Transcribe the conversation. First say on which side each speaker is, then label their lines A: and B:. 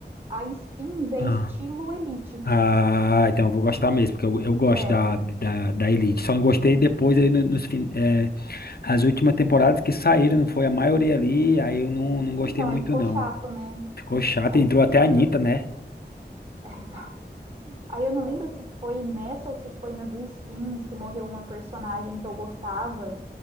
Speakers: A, on the right; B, on the left.
A: a skins é
B: ah,
A: estilo elite.
B: ah, então eu vou gostar mesmo, porque eu, eu gosto
A: É.
B: da, da, da Elite. Só não gostei depois aí no- nos, fin- eh, as últimas temporadas que saíram, não foi a maioria ali, aí eu não, não gostei
A: Então,
B: muito
A: aí ficou
B: não.
A: chato, né?
B: Ficou chato,
A: Aí
B: entrou até a Anitta,
A: eu,
B: né?
A: <laughs> então, aí eu não lembro se foi nessa ou se foi na do Skins que morreu uma personagem que eu gostava,